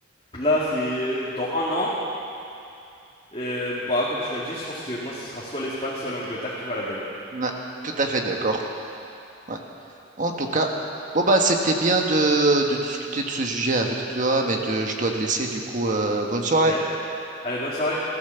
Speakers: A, on the left (about 30°); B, on the right (about 40°).
A: là, c'est dans un an. Et, bah, comme tu l'as dit, je pense que moi, ce sera soit l'Espagne, soit l'Angleterre qui va la gagner.
B: ouais, tout à fait d'accord. Ouais. En tout cas, bon bah c'était bien de, de discuter de ce sujet avec toi, mais de- je dois te laisser du coup. euh, bonne soirée.
A: Ok. Allez, bonne soirée.